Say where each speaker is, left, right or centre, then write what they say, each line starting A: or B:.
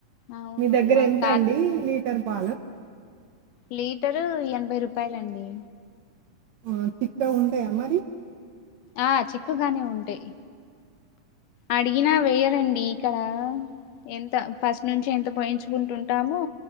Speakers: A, on the left (about 75°); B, on the right (about 70°).
A: అవును
B: మీ దగ్గర
A: మా
B: ఎంత
A: కా
B: అండి లీటర్ పాలు
A: లీటరు ఎనభై రూపాయలండి
B: ఆ చిక్కా ఉంటాయా మరి
A: ఆ చిక్కుగానే ఉంటాయి అడిగినా వేయరండి ఇక్కడ ఎంత ఫస్ట్ నుంచి ఎంత పోయించుకుంటుంటామో